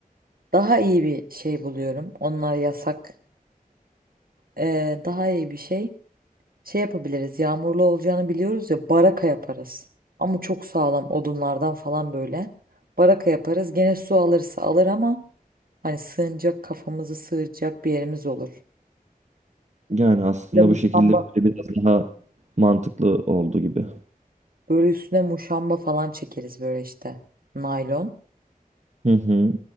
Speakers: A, on the right; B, on the right.
A: Daha iyi bir şey buluyorum. Onlar yasak. Ee, daha iyi bir şey. Şey yapabiliriz. Yağmurlu olacağını biliyoruz ya baraka yaparız. Ama çok sağlam odunlardan falan böyle. Baraka yaparız. Gene su alırsa alır ama hani sığınacak kafamızı sığacak bir yerimiz olur.
B: Yani aslında
A: Bir muşamba.
B: bu şekilde böyle biraz daha mantıklı oldu gibi.
A: Böyle üstüne muşamba falan çekeriz böyle işte. Naylon.
B: Hı hı.